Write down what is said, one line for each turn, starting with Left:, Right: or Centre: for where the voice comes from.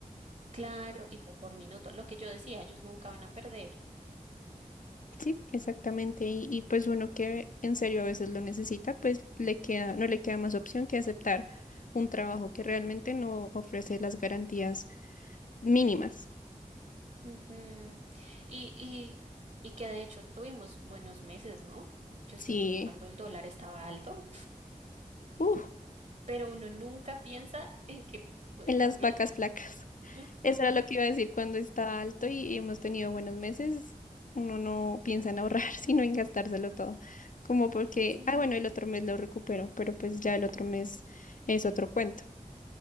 Right: claro, y po- por minuto, lo que yo decía, ellos nunca van a perder.
Left: Sí, exactamente. Y, y pues uno que en serio a veces lo necesita, pues le queda, no le queda más opción que aceptar un trabajo que realmente no ofrece las garantías mínimas.
Right: Ujú. Y, y, y que de hecho tuvimos buenos meses, ¿no? Yo
Left: Sí.
Right: siento que cuando el dólar estaba alto,
Left: Uf.
Right: pero uno nunca piensa <laughs> en que puede
Left: en
Right: cambiar.
Left: las vacas flacas.
Right: Ujú,
Left: Eso era lo que iba a decir cuando está alto y hemos tenido buenos meses. Uno no piensa en ahorrar, <laughs> sino en gastárselo todo. Como porque,
Right: Sí.
Left: ah, bueno, el otro mes lo recupero, pero pues ya el otro mes es otro cuento